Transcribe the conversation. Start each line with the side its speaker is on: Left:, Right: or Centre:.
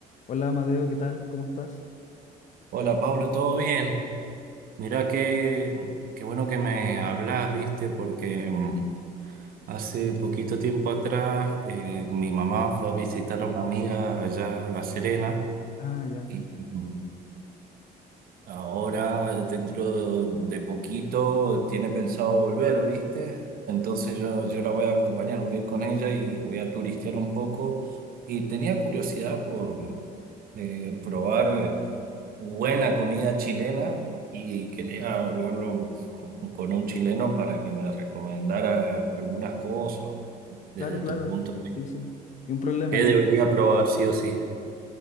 Left: Hola Amadeo, ¿qué tal? ¿Cómo estás?
Right: Hola Pablo, ¿todo bien? Mirá qué, qué bueno que me hablas, viste, porque mm, hace poquito tiempo atrás eh, mi mamá fue a visitar a una amiga allá a La Serena
Left: Ah, ya.
Right: y mm, Ahora, dentro de poquito, tiene pensado volver, ¿viste? Entonces yo, yo la voy a acompañar, voy a ir con ella y voy a turistear un poco. Y tenía curiosidad por eh, probar buena comida chilena y quería hablarlo con, con un chileno para que me recomendara al- algunas cosas desde
Left: Claro, claro.
Right: tu punto.
Left: Sí, sí. Ni un problema,
Right: ¿Qué
Left: ni
Right: debería
Left: un pro-
Right: probar sí o sí?